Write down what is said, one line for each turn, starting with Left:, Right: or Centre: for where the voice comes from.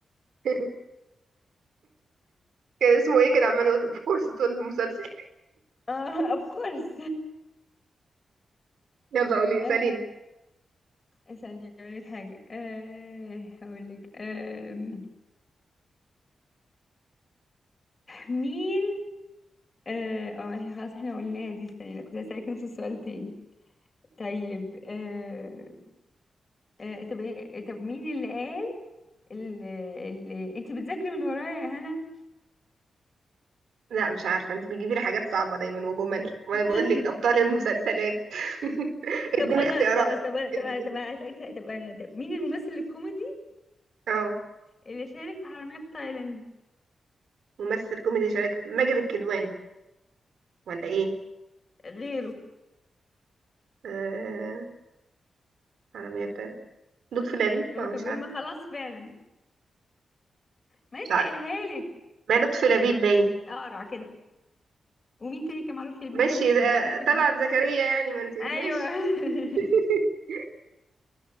Right: <laughs> كان اسمه ايه كان عمال يقول اوف كورس طول المسلسل
Left: اه اوف كورس
Right: يلا قولي
Left: آه،
Right: ساليني
Left: استني اقول لك حاجه أه هقول لك أه مين اه آه، إحنا خلاص احنا قلناها دي استني لا كنت هسألك نفس السؤال تاني طيب أه أه طب إيه- آه، طب مين اللي قال اللي, اللي انت بتذاكري من ورايا يا هنا
Right: لا مش عارفة انت بتجيبي لي حاجات صعبة دايما وجمل وانا
Left: <laughs>
Right: بقول لك ابطال المسلسلات <laughs> اديني
Left: طب خلاص
Right: اختيارات
Left: خلاص طب
Right: ادي
Left: طب
Right: ادي
Left: طب هسألك سؤال. طب طب مين الممثل الكوميدي
Right: اه
Left: اللي شارك في حرامية في تايلاند
Right: ممثل كوميدي شارك في- ماجد الكدواني ولا ايه
Left: غيره
Right: آه... على مية بتاعنا لطفي لبيب
Left: اللي
Right: ما
Left: هو كان
Right: مش
Left: بيقول
Right: عارفة
Left: ما خلاص فعلا ما لسه
Right: مش عارفة
Left: قايلها لك
Right: ما لطفي لبيب باين
Left: اقرع كده ومين تاني كان معروف في مين
Right: ماشي
Left: كان مش
Right: ده
Left: معروف في
Right: طلعت زكريا يعني ما انت ماشي
Left: ايوه <laughs>
Right: <laughs>